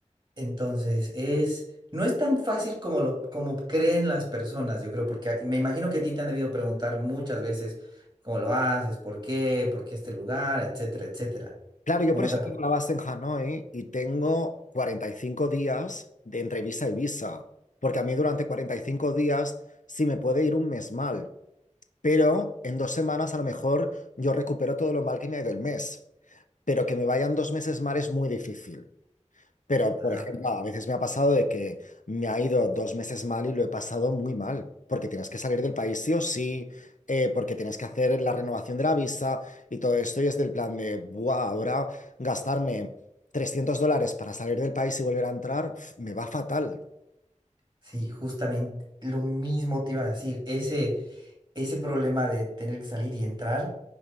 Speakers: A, on the right; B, on the left.
A: Entonces, es, no es tan fácil como lo, como creen las personas, yo creo, porque a- me imagino que a ti te han debido preguntar muchas veces cómo lo haces, por qué, por qué este lugar, etcétera, etcétera.
B: Claro, yo
A: ¿O
B: por
A: no
B: eso
A: te ha pa-
B: tengo la base en Hanoi y tengo 45 días de entre visa y visa, porque a mí durante 45 días, si me puede ir un mes mal, pero en dos semanas a lo mejor yo recupero todo lo mal que me ha ido el mes, pero que me vayan dos meses mal es muy difícil. Pero, por
A: Ah,
B: ejemplo,
A: pues,
B: a veces me ha pasado de que me ha ido dos meses mal y lo he pasado muy mal, porque tienes que salir del país sí o sí, eh, porque tienes que hacer la renovación de la visa y todo esto, y es del plan de, ¡buah! Ahora gastarme 300 dólares para salir del país y volver a entrar, uf, me va fatal.
A: sí, justamente lo mismo te iba a decir, ese, ese problema de tener que salir y entrar,